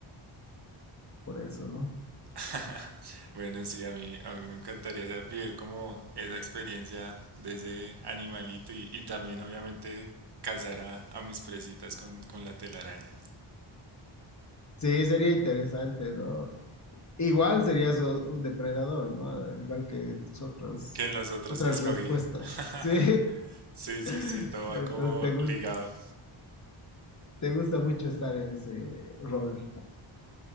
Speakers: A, on the left (about 35°); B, on the right (about 50°).
A: por eso, ¿no?
B: <laughs> Bueno, sí, a mí, a mí me encantaría o sea, vivir como esa experiencia de ese animalito y, y también obviamente cazar a, a mis presitas con, con la telaraña.
A: Sí, sería interesante, ¿no? Igual serías o- un depredador, ¿no? Al igual que tus otros,
B: Que en los otros
A: otras
B: que escogí.
A: respuestas.
B: <laughs>
A: Sí.
B: Sí, sí,
A: <laughs>
B: sí, todo
A: Entonces
B: va como
A: te gus-
B: ligado.
A: te gusta mucho estar en ese rol.